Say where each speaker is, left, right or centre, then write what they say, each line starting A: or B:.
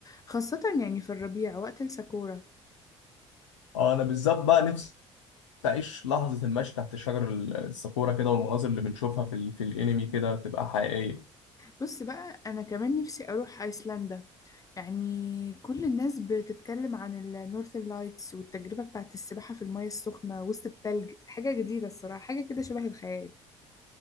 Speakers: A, on the left; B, on the left.
A: خاصة يعني في الربيع وقت الساكورا
B: اه أنا بالذات بقى نفسي تعيش لحظة المشي تحت شجر الساكورا كده والمناظر اللي بنشوفها في ال... في الانمي كده تبقى حقيقية
A: بص بقى أنا كمان نفسي أروح أيسلندا يعني كل الناس بتتكلم عن النورثern لايتس والتجربة بتاعت السباحة في المياه السخنة وسط التلج حاجة جديدة الصراحة حاجة كده شبه الخيال